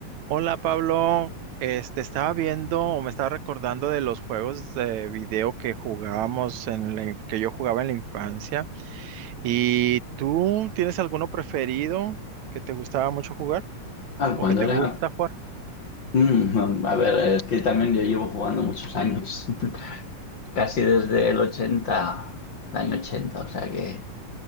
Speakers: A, on the right (about 70°); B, on the left (about 40°).
A: Hola Pablo, este estaba viendo o me estaba recordando de los juegos de video que jugábamos en la, in- que yo jugaba en la infancia. ¿Y tú tienes alguno preferido que te gustaba mucho jugar
B: Ah,
A: o
B: cuando
A: que te
B: era...
A: gusta jugar?
B: mm, a ver, es que también yo llevo jugando muchos años, <laughs> casi desde el 80, el año 80, o sea que